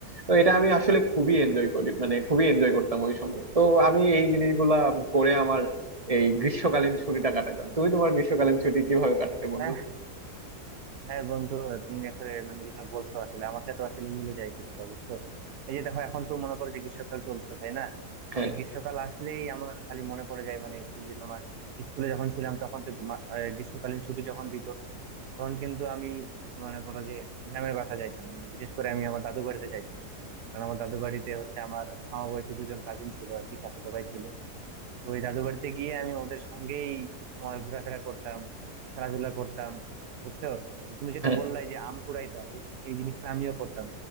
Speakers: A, on the right; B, on the right.
A: তো এটা আমি আসলে খুবই এনজয় করি মানে খুবই এনজয় করতাম ওই সময় তো আমি এই জিনিসগুলা করে আমার এই গ্রীষ্মকালীন ছুটিটা কাটাতাম তুমি তোমার গ্রীষ্মকালীন ছুটি কিভাবে কাটাতে বন্ধু
B: হ্যাঁ হ্যাঁ বন্ধু তুমি আসলে মানে যেটা বলছো আসলে আমার সাথে আসলে মিলে যায় কিছুটা বুঝছো এই যে দেখো এখন তো মনে করো যে গ্রীষ্মকাল চলছে তাই না
A: হ্যাঁ
B: এই গ্রীষ্মকাল আসলেই আমার খালি মনে পড়ে যায় মানে এই যে তোমার স্কুলে যখন ছিলাম তখন তো গ্রীমা- আহ, গ্রীষ্মকালীন ছুটি যখন দিত তখন কিন্তু আমি মনে করো যে গ্রামের বাসা যাইতাম মানে বিশেষ করে আমি আমার দাদু বাড়িতে যাইতাম কারণ আমার দাদু বাড়িতে হচ্ছে আমার সমবয়সী দুজন কাজিন ছিল আর কি চাচাতো ভাই ছিল তো ওই দাদু বাড়িতে গিয়ে আমি ওদের সঙ্গেই তোমার ঘোরাফেরা করতাম খেলাধুলা করতাম বুঝছো তো তুমি যেটা
A: হ্যাঁ
B: বললাই যে আম কুড়াইটা এই এই জিনিসটা আমিও করতাম